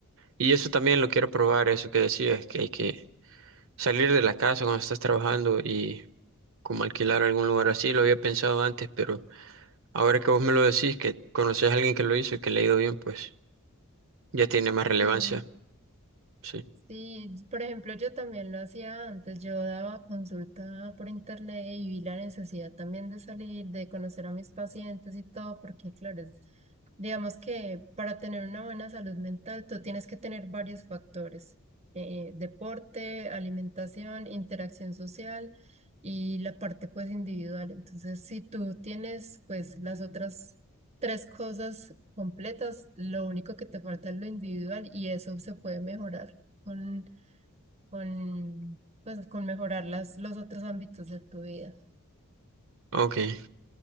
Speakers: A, on the right (about 65°); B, on the right (about 30°).
A: Y eso también lo quiero probar, eso que decías, que hay que salir de la casa cuando estás trabajando y como alquilar algún lugar así. Lo había pensado antes, pero ahora que vos me lo decís, que conoces a alguien que lo hizo y que le ha ido bien, pues ya tiene más relevancia.
B: Sí,
A: Sí.
B: sí, por ejemplo, yo también lo hacía antes, yo daba consulta por internet y vi la necesidad también de salir, de conocer a mis pacientes y todo, porque claro, Digamos que para tener una buena salud mental, tú tienes que tener varios factores, eh, deporte, alimentación, interacción social y la parte pues individual. Entonces, si tú tienes pues las otras tres cosas completas, lo único que te falta es lo individual y eso se puede mejorar con, con, pues, con mejorar las, los otros ámbitos de tu vida.
A: Ok.